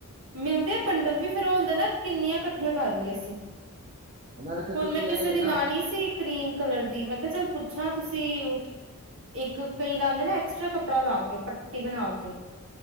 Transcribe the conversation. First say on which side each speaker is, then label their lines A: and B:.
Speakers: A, on the right; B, on the right.
A: ਮਿਲਦੇ ਆ ਬੰਡਲ ਵੀ ਫਿਰ ਹੁੰਦੇ ਨਾ- ਕਿੰਨੀਆਂ ਇਕੱਠੀਆਂ ਕਰ ਲਈ ਅਸੀਂ
B: ਨਾਲੇ ਫਿਰ
A: ਹੁਣ
B: ਤੁਸੀਂ
A: ਮੈਂ ਕਿਸੇ
B: ਇਹ ਹੀ
A: ਦੀ
B: ਨਾ
A: ਲਾਣੀ ਸੀ ਕਰੀਮ ਕਲਰ ਦੀ, ਮੈਂ ਕਿਹਾ ਚੱਲ ਪੁੱਛਾਂ ਤੁਸੀਂ, ਇੱਕ ਕਈ ਲਾਉਂਦੇ ਨਾ ਐਕਸਟਰਾ ਕੱਪੜਾ ਲਾ ਕੇ ਪੱਟੀ ਬਣਾ- ਕੇ